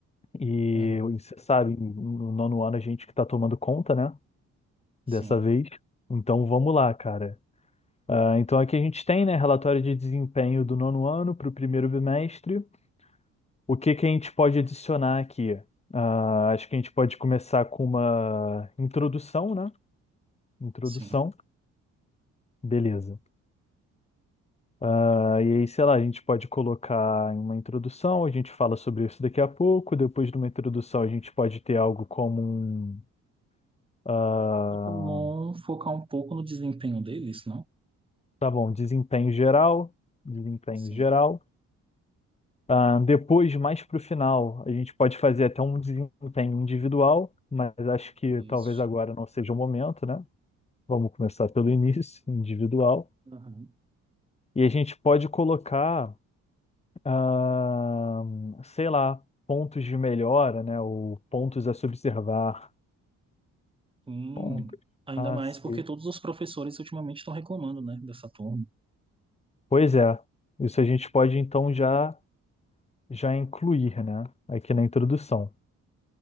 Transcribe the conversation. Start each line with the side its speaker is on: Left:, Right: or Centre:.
Left: E
Right: Aham,
Left: você sabe, no nono ano a gente que está tomando conta, né?
Right: Sim,
Left: Dessa vez. Então vamos lá, cara. Ah, então aqui a gente tem, né, relatório de desempenho do nono ano para o primeiro bimestre. O que que a gente pode adicionar aqui? Ah, acho que a gente pode começar com uma introdução, né? Introdução,
Right: sim.
Left: beleza. Ah, e aí, sei lá, a gente pode colocar em uma introdução, a gente fala sobre isso daqui a pouco. Depois de uma introdução, a gente pode ter algo como um, ah,
Right: Mas é bom focar um pouco no desempenho deles, não?
Left: tá bom, desempenho geral, desempenho
Right: Sim,
Left: geral. Ah, depois, mais para o final, a gente pode fazer até um desempenho individual, mas acho que
Right: isso.
Left: talvez agora não seja o momento, né? Vamos começar pelo início, <laughs> individual.
Right: Aham.
Left: E a gente pode colocar, ah, sei lá, pontos de melhora, né? Ou pontos a se observar.
Right: Sim.
Left: Pontos
Right: Ainda
Left: a
Right: mais
Left: se...
Right: porque todos os professores ultimamente estão reclamando, né, dessa turma.
Left: Pois é, isso a gente pode então já, já incluir, né? Aqui na introdução.